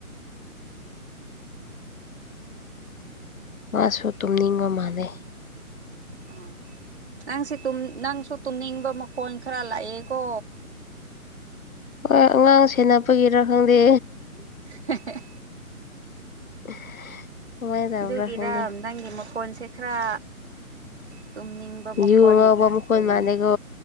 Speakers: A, on the left; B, on the right.
A: ꯃꯥꯁꯨ ꯇꯨꯝꯅꯤꯡꯕ ꯃꯥꯜꯂꯦ
B: ꯑꯣ ꯅꯪꯁꯤ ꯇꯨꯝ ꯅꯪꯁꯨ ꯇꯨꯝꯅꯤꯡꯕ ꯃꯈꯣꯜ ꯈꯔ ꯂꯥꯛꯑꯦꯀꯣ
A: ꯍꯣꯏ ꯑꯉꯥꯡ ꯁꯦꯟꯅꯕꯒꯤꯔꯥ ꯈꯪꯗꯦ꯫
B: <inaudible>
A: <inaudible> ꯇꯧꯕ꯭ꯔꯥ
B: ꯗꯨꯒꯤꯔꯥ
A: ꯈꯪꯗꯦ
B: ꯅꯪꯒꯤ ꯃꯈꯣꯟꯁꯦ ꯈꯔ ꯇꯨꯝꯅꯤꯡꯕ ꯃꯈꯣꯟ
A: ꯌꯨ ꯉꯥꯎꯕ
B: ꯂꯥꯛꯈ꯭ꯔꯦꯅꯦ
A: ꯃꯈꯣꯟ ꯃꯥꯜꯂꯦꯀꯣ